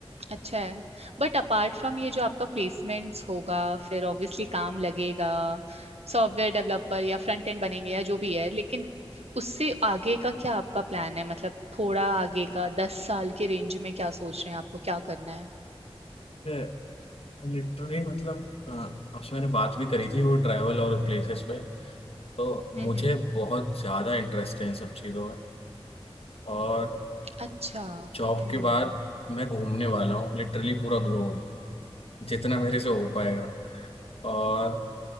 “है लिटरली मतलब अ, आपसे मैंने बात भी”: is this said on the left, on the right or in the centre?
Left